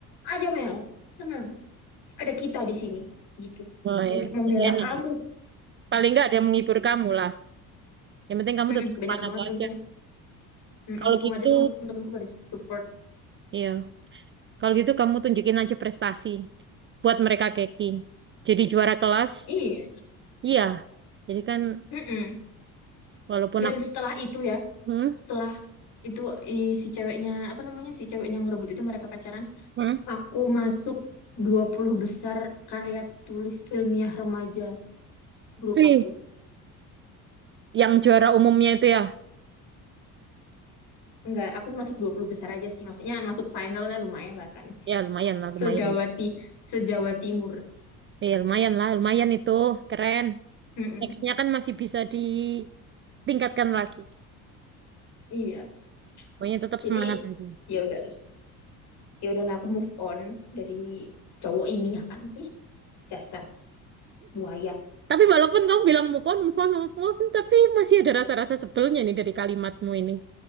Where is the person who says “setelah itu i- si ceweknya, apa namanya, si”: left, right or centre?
Left